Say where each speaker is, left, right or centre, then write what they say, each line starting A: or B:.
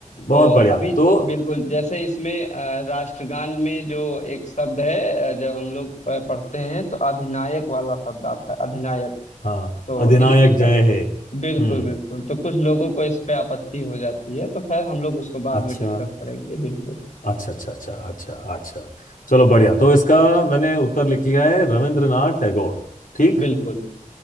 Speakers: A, on the left; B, on the left.
A: बहुत
B: तो
A: बढ़िया
B: अभी
A: तो
B: बिल्कुल जैसे इसमें अ, राष्ट्रगान में जो एक शब्द है अ, जब हम लोग प- पढ़ते हैं तो अधिनायक वाला शब्द आता है अधिनायक
A: हाँ
B: तो
A: अधिनायक
B: इसमें
A: जय
B: क...
A: हे
B: बिल्कुल
A: हम्म
B: बिल्कुल तो कुछ लोगों को इस पे आपत्ति हो जाती है तो खैर हम लोग उसको बाद
A: अच्छा
B: में डिस्कस करेंगे बिल्कुल
A: अच्छा अच्छा अच्छा अच्छा अच्छा चलो बढ़िया तो इसका मैंने उत्तर लिख लिया है रविंद्रनाथ टैगोर ठीक
B: बिल्कुल